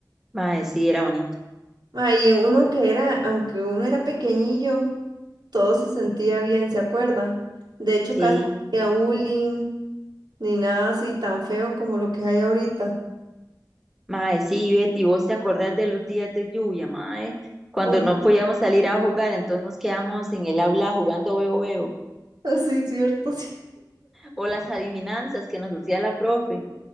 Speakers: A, in the centre; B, on the right.
A: Mae, sí, era bonito.
B: Mae, y uno que era, aunque uno era pequeñillo, todo se sentía bien, ¿se acuerda? De hecho,
A: Sí,
B: casi no había bullying, ni nada así tan feo como lo que hay ahorita.
A: mae, sí, Betty, vos te acordás de los días de lluvia, mae, cuando
B: Un-
A: no podíamos salir a jugar, entonces nos quedamos en el aula jugando veo veo,
B: <laughs> Sí, es cierto, sí.
A: o las adivinanzas que nos hacía la profe.